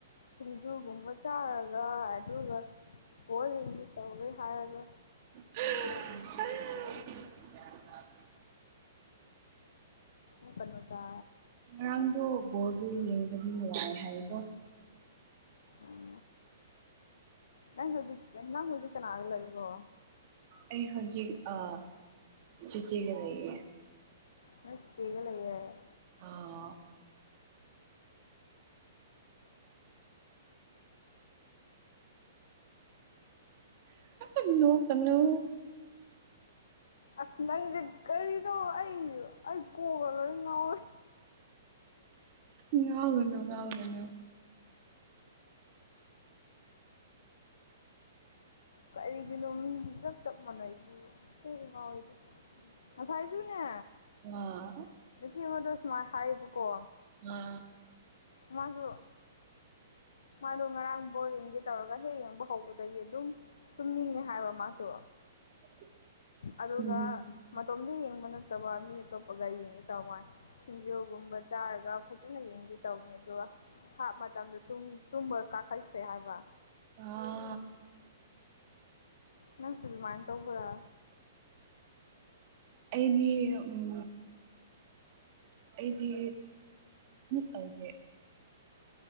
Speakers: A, on the left (about 80°); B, on the right (about 40°).
A: ꯁꯤꯡꯖꯨꯒꯨꯝꯕ ꯆꯥꯔꯒ ꯑꯗꯨꯒ ꯄꯣꯜꯂꯤꯗꯤ ꯇꯧꯋꯦ ꯍꯥꯏꯔꯒ
B: ꯎ
A: ꯎ ꯄꯟꯨꯗ
B: ꯉꯔꯥꯡꯗꯣ ꯕꯣꯜꯗꯣ ꯌꯦꯡꯕꯗꯤ ꯅꯨꯡꯉꯥꯏ ꯍꯥꯏꯀꯣ
A: ꯎꯝ ꯅꯪ ꯍꯖꯤꯛꯇ ꯅꯪ ꯍꯖꯤꯛ ꯀꯅꯥꯒ ꯂꯩꯕ꯭ꯔꯣ
B: ꯑꯩ ꯍꯧꯖꯤꯛ ꯑ ꯆꯤꯆꯦꯒ ꯂꯩꯌꯦ
A: ꯅꯣꯢꯆꯦꯒ ꯂꯩꯑꯦ
B: ꯑꯥ <inaudible> <inaudible> ꯅꯣꯛꯀꯅꯨ
A: ꯑꯁ ꯅꯪꯁꯦ ꯀꯔꯤꯅꯣ ꯑꯩ ꯑꯩ ꯀꯣꯛꯒ ꯂꯣꯏ ꯉꯥꯎꯔꯦ
B: ꯉꯥꯎꯒꯅꯨ ꯉꯥꯎꯒꯅꯨ
A: ꯀꯔꯤꯒꯤꯅꯣ ꯃꯤꯗꯤ ꯆꯞ ꯆꯞ ꯃꯥꯟꯅꯩꯁꯨ ꯉꯥꯎꯋꯤꯗ ꯉꯁꯥꯏꯖꯨꯅꯦ
B: ꯋꯥ
A: ꯅꯨꯄꯤ ꯃꯗꯨ ꯁꯃꯥꯏ ꯍꯥꯏꯕ ꯀꯣ
B: ꯑꯥ
A: ꯃꯥꯖꯨ ꯃꯥꯗꯣ ꯉꯔꯥꯡ ꯕꯣꯜ ꯌꯦꯡꯒꯦ ꯇꯧꯔꯒ ꯍꯦꯛ ꯌꯦꯡꯕ ꯍꯧꯕꯗꯒꯤ ꯑꯗꯨꯝ ꯇꯨꯝꯅꯤꯡꯉꯦ ꯍꯥꯏꯕ ꯃꯥꯁꯨ
B: <inaudible>
A: ꯑꯗꯨꯒ
B: ꯎꯝ
A: ꯃꯇꯣꯝꯗ ꯌꯦꯡꯕ ꯅꯠꯇꯕ ꯃꯤ ꯑꯇꯣꯞꯄꯒ ꯌꯦꯡꯉꯦ ꯇꯧꯋꯥꯅꯤ ꯁꯤꯡꯖꯨꯒꯨꯝꯕ ꯆꯥꯔꯒ ꯐꯖꯅ ꯌꯦꯡꯒꯦ ꯇꯧꯕꯅꯦ ꯑꯗꯨꯒ ꯍꯥꯞ ꯃꯇꯝꯗ ꯇꯨꯝꯕ ꯀꯥꯈꯠꯈ꯭ꯔꯦ ꯍꯥꯏꯕ
B: ꯑ
A: ꯅꯪ ꯁꯨꯖꯃꯥꯏꯅ ꯇꯧꯕ꯭ꯔꯥ
B: ꯑꯩꯗꯤ ꯎꯝ ꯑꯩꯗꯤ ꯇꯧꯗꯦ